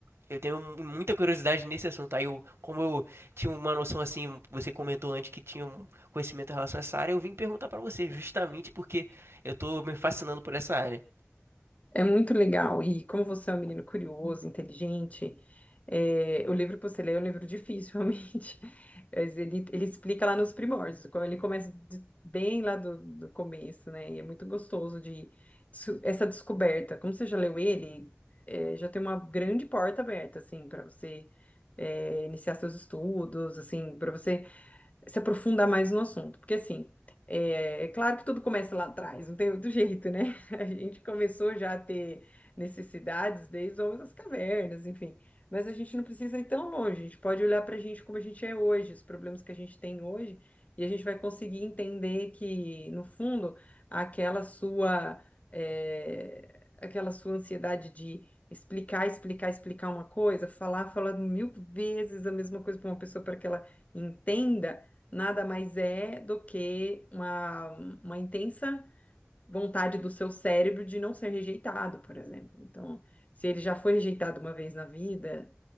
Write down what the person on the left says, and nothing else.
É muito legal. E como você é um menino curioso, inteligente, é, o livro que você lê é um livro difícil, <laughs> realmente. Mas ele, ele explica lá nos primórdios, quando ele começa de- bem lá do, do começo, né? E é muito gostoso de su- essa descoberta. Como você já leu ele, é, já tem uma grande porta aberta, assim, para você é, iniciar seus estudos, assim, para você se aprofundar mais no assunto. Porque, assim, é, é claro que tudo começa lá atrás, não tem outro jeito, né? <laughs> A gente começou já a ter necessidades desde o homem das cavernas, enfim. Mas a gente não precisa ir tão longe, a gente pode olhar para a gente como a gente é hoje, os problemas que a gente tem hoje, e a gente vai conseguir entender que, no fundo, aquela sua, é, aquela sua ansiedade de explicar, explicar, explicar uma coisa, falar, falar mil vezes a mesma coisa para uma pessoa para que ela entenda, nada mais é do que uma, uma intensa vontade do seu cérebro de não ser rejeitado, por exemplo. Então, se ele já foi rejeitado uma vez na vida,